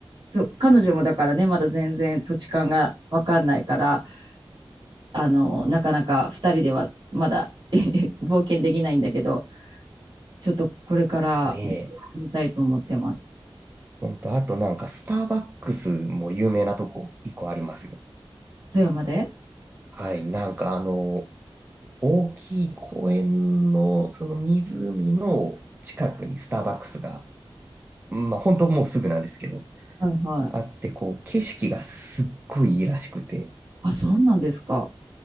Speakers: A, on the right; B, on the right.
A: そう彼女もだからねまだ全然土地勘が分かんないからあのなかなか2人ではまだ <laughs> 冒険できないんだけどちょっとこれから勉強してみたいと思ってます。
B: ねえ。ほんと、あとなんか、スターバックスも有名なとこ一個ありますよ。
A: 富山で
B: はい。なんかあの、大きい公園の、その湖の近くにスターバックスが、まあ本当もうすぐなんですけど、
A: はいはい。
B: あって、こう、景色がすっごいいいらしくて、
A: あ、そうなんですか。